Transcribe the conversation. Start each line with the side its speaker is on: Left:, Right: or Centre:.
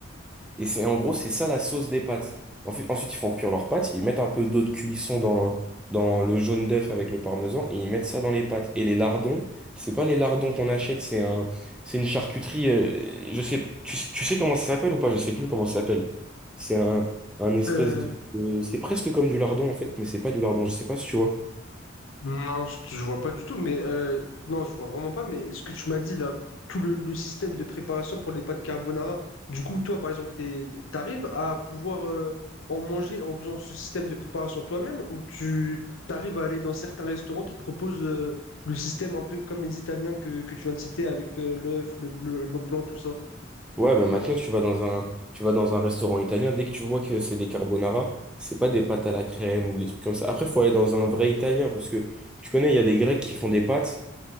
Centre: Et c'est en gros, c'est ça la sauce des pâtes. En fait- ensuite, ils font cuire leurs pâtes, ils mettent un peu d'eau de cuisson dans, dans le jaune d'œuf avec le parmesan et ils mettent ça dans les pâtes. Et les lardons, c'est pas les lardons qu'on achète, c'est un, c'est une charcuterie. euh, je sais, tu, tu sais comment ça s'appelle ou pas? Je sais plus comment ça s'appelle. C'est un, un espèce
Left: Euh,
Centre: de, de- c'est presque comme du lardon en fait, mais c'est pas du lardon. Je sais pas si tu vois.
Left: Non, je je vois pas du tout, mais euh, non, je vois vraiment pas. Mais ce que tu m'as dit là, tout le, le système de préparation pour les pâtes carbonara, du coup, toi, par exemple, t'es- t'es- t'arrives à pouvoir euh, en manger en faisant ce système de préparation toi-même, ou tu t'arrives à aller dans certains restaurants qui proposent euh, le système un peu comme les Italiens que, que tu viens de citer avec euh, l'œuf, le bleu, le blanc, tout ça?
Centre: Ouais, bah maintenant tu vas dans un tu vas dans un restaurant italien, dès que tu vois que c'est des carbonara, c'est pas des pâtes à la crème ou des trucs comme ça. Après, faut aller dans un vrai italien parce que tu connais, il y a des Grecs qui font des pâtes.